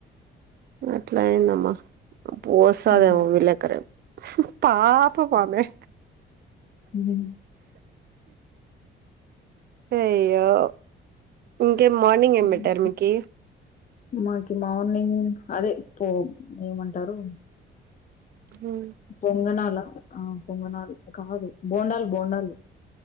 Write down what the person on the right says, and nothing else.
అట్లాయిందమ్మా పోసదేవ
<unintelligible> విళ్లేకర పాప మామే
అయ్యో ఇంకేం మార్నింగ్
ఏం పెట్టారు మీకి
ఉం